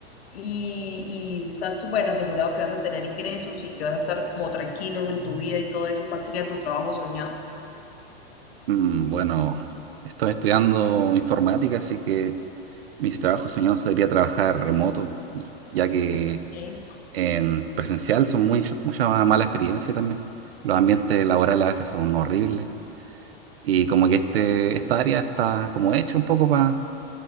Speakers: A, on the left; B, on the right.
A: y, y estás súper asegurado que vas a tener ingresos y que vas a estar como tranquilo en tu vida y todo eso, ¿cuál sería tu trabajo soñado?
B: Mm, bueno, estoy estudiando informática, así que mis trabajos soñados sería trabajar remoto, y- ya que
A: Sí.
B: en presencial son muy, mucha ma- mala experiencia también. Los ambientes laborales a veces son horribles. Y como que este, esta área está como hecha un poco para